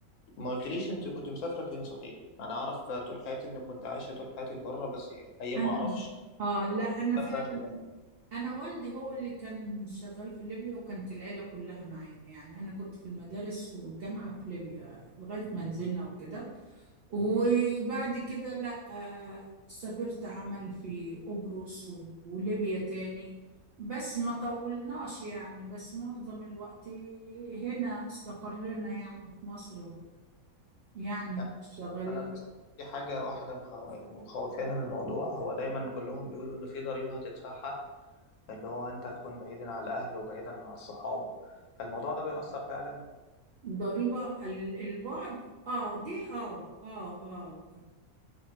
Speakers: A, on the left; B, on the right.
A: ما قلتليش انت كنت مسافرة فين صحيح؟ انا اعرف طول حياتي انك كنت عايشة طول حياتك بره بس الحقيقة
B: انا
A: ما اعرفش
B: اه لا انا فعلا
A: مسافرة اني بلد
B: انا والدي هو اللي كان شغال في ليبيا وكانت العيله كلها معانا يعني انا كنت في المدارس والجامعه في ليبيا لغايه ما نزلنا وكده وبعد كده لا آه، سافرت عمل في قبرص و- وليبيا تاني بس ما طولناش يعني بس معظم الوقت هنا استقرينا يعني في مصر ويعني
A: يعني
B: شغالين
A: انا بس في حاجة واحدة مخ- مخوفاني من الموضوع هو دايما كلهم بيقولوا ان في ضريبة هتدفعها اللي هو انت هتكون بعيدا عن الاهل وبعيدا عن الصحاب فالموضوع ده بيأثر فعلا
B: ضريبه ال- البعد اه دي اه اه اه